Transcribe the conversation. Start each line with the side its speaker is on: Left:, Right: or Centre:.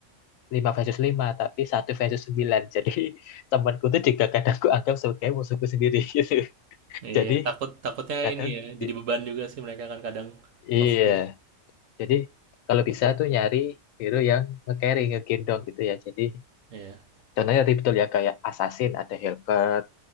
Left: 5 versus 5 tapi satu versus 9. Jadi <laughs> temanku tuh juga kadang aku anggap sebagai musuhku sendiri <laughs> gitu.
Right: Iya,
Left: Jadi
Right: iya. takut takutnya
Left: kadang,
Right: ini ya, jadi
Left: i-
Right: beban juga sih mereka kan kadang
Left: iya.
Right: ngefit.
Left: Jadi kalau bisa tuh nyari hero yang nge-carry, ngegendong gitu ya. Jadi
Right: Iya.
Left: contohnya tadi betul ya, kayak Assassin, ada Hellcat,